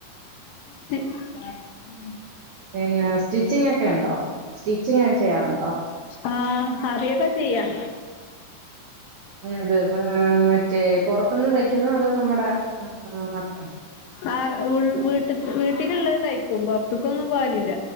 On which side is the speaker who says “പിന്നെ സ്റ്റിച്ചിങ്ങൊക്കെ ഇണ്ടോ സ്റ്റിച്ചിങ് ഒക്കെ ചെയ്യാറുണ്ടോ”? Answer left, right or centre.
Right